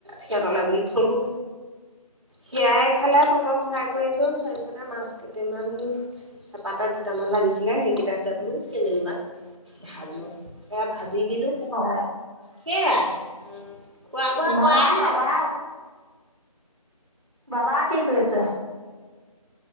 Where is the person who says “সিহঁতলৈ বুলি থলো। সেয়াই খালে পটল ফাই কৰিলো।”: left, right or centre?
Right